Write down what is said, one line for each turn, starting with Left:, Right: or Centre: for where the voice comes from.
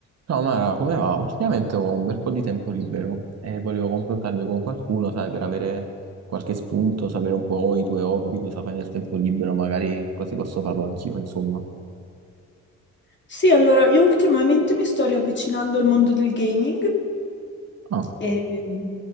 Right: Ciao Mara, come va? Ultimamente ho un bel po' di tempo libero e volevo confrontarmi con qualcuno, sai, per avere qualche spunto, sapere un po' i tuoi hobby, cosa fai nel tempo libero, magari così posso farlo anch'io, insomma.
Left: Sì, allora io ultimamente mi sto riavvicinando al mondo del gaming
Right: Ah,
Left: e ehm,